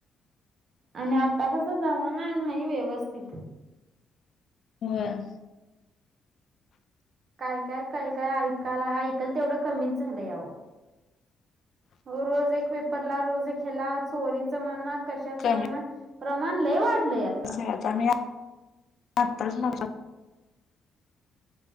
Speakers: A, on the right; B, on the left.
A: आणि आता कसं जमाना नाही व्यवस्थित.
B: व्हय.
A: काय काय काय काय ऐकायला, ऐकल तेवढं कमीच झालंय अओ. हो रोज एक पेपर ला, रोज एक हेला, चोरीचं म्हणा, कशाचं
B: कमीच
A: म्हणा प्रमाण लय वाढलय यात
B: <unintelligible>